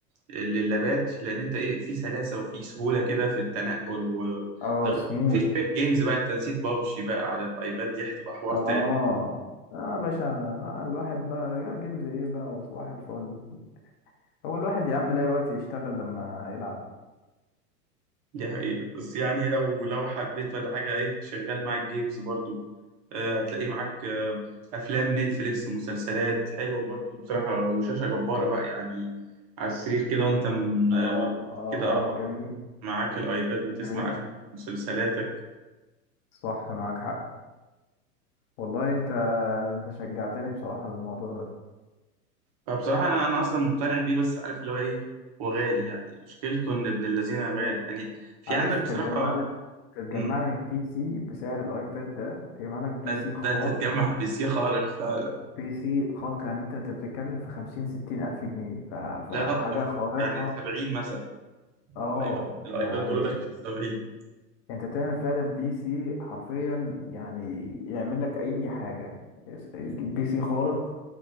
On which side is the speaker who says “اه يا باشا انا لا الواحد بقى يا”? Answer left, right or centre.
Left